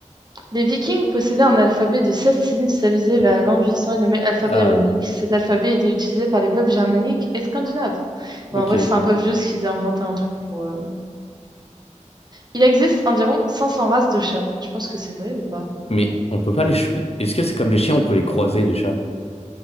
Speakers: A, on the right; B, on the left.
A: Les Vikings possédaient un alphabet de 16 signes stabilisé vers l'an 800 et nommé alphabet
B: Ah,
A: runique. Cet alphabet était utilisé par les peuples germaniques et scandinaves.
B: ok.
A: Bon, en vrai, c'est un peu vieux ce qu'ils aient inventé un truc pour. euh, Il existe environ 500 races de chats. Tu penses que c'est vrai ou pas?
B: Mais on peut pas les... ch- Est-ce que c'est comme les chiens, on peut les croiser, les chats?